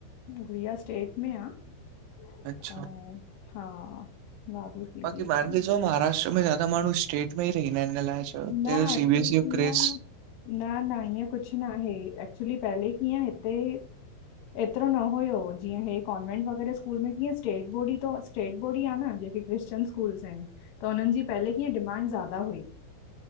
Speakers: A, on the left; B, on the right.
A: गुड़िया स्टेट में आ अंउं
B: अच्छा
A: हा बाबू सी
B: बाक़ी
A: बी एस
B: पांण
A: ई
B: ॾिसो
A: में आहे।
B: महाराष्ट्र में ज्यादा माण्हूं में ई रहंदा हिनि अलाए छो हिते
A: न
B: जो
A: actually
B: C B S C
A: कीअं
B: E जो क्रेज़
A: न न इअं कुछु ना हे, एक्चुली पहले कीअं हिते एतिरो न हुयो जीअं हे कॉ्वेंट वग़ैरह स्कूल में कीअं स्टेट बॉडी अथस स्टेट बोर्ड ही आ न जेके क्रिश्चन स्कूल् आहिनि, त उन्हनि जी पहले कीअं डिमांड ज़्यादा हुई।